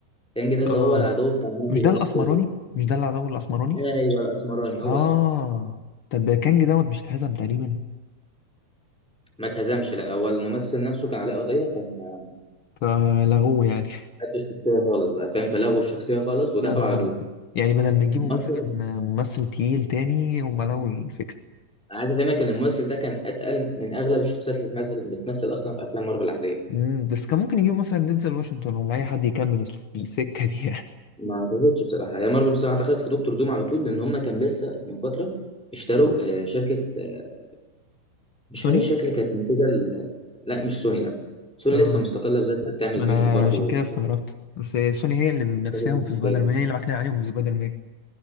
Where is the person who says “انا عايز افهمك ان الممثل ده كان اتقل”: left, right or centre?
Centre